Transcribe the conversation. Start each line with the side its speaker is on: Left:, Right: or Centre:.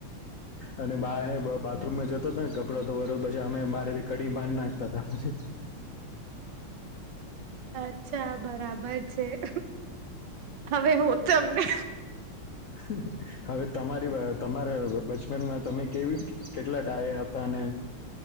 Left: અને બા બાથરૂમમાં જતો હતો ને કપડા ધોવા પછી અમે બારે નીકળતા મા નાખતા હતા.
Right: અચ્છા બરાબર છે. હવે હું તમને
Left: <inaudible> હવે તમારી તમારા બચપનમાં તમે કેવી કેટલા ડાયા હતા અને